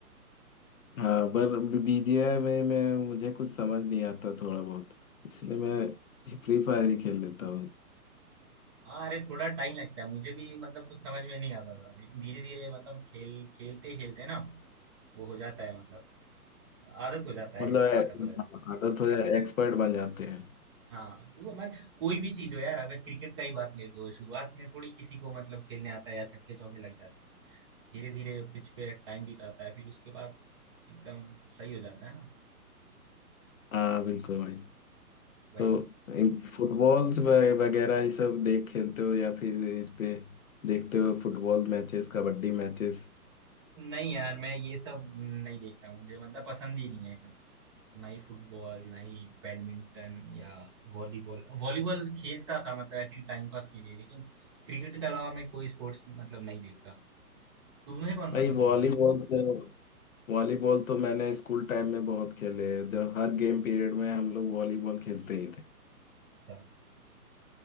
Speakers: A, on the left; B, on the right.
A: हाँ पर बीजीआई में मैं मुझे कुछ समझ नहीं आता थोड़ा बहुत इसलिए मैं फ्री फायर ही खेल लेता हूँ
B: हाँ अरे थोड़ा टाइम लगता है मुझे भी मतलब कुछ समझ में नहीं आता था लेकिन धीरे धीरे मतलब खेल खेलते खेलते ना वो हो जाता है मतलब आदत हो जाता है
A: मतलब
B: मतलब
A: ए-
B: बोला जाए
A: आदत हो जाए एक्सपर्ट बन जाते हैं
B: हाँ तो मतलब कोई भी चीज हो यार अगर क्रिकेट का ही बात ले तो शुरुआत में थोड़ी किसी को मतलब खेलने आता है या छक्के चौके लग जाते हैं धीरे धीरे पिच पे टाइम बिताता है फिर उसके बाद एकदम सही हो जाता है ना
A: हाँ बिल्कुल भाई
B: वही
A: तो फुटबॉल वगैरह ये सब देख खेलते हो या फिर इस पे देखते हो फुटबॉल मैचेस कबड्डी मैचेस
B: नहीं यार मैं ये सब नहीं देखता हूँ मुझे मतलब पसंद ही नहीं है ना ही फुटबॉल ना ही बैडमिंटन या वॉलीबॉल वॉलीबॉल खेलता था मतलब ऐसे ही टाइम पास के लिए लेकिन क्रिकेट के अलावा मैं कोई स्पोर्ट्स मतलब नहीं देखता तुम्हें कौन सा
A: भाई
B: पसंद
A: वॉलीबॉल
B: है
A: तो वॉलीबॉल तो मैंने स्कूल टाइम में बहुत खेले हैं जब हर गेम पीरियड में हम लोग वॉलीबॉल खेलते ही थे
B: अच्छा